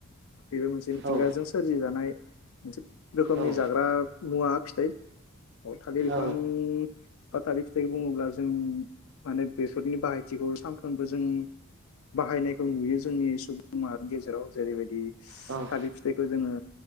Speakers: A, on the left (about 75°); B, on the right (about 55°).
A: बेबो मोनसे मिथिंगाजों
B: औ
A: सोरजिजानाय। मोनसे रोखोमनि
B: औ
A: जाग्रा मुवा फिथाइ थालिर
B: औ
A: बिफां। बाथारि फिथाइखौ बुङोब्ला जों माने बेसरनि बाहायथिखौ सानफ्रोमबो जों। बाहायनायखौ नुयो जोंनि सुबुं माहारिनि गेजेराव जेरैबायदि
B: औ
A: थालिर फिथाइखौ जोङो।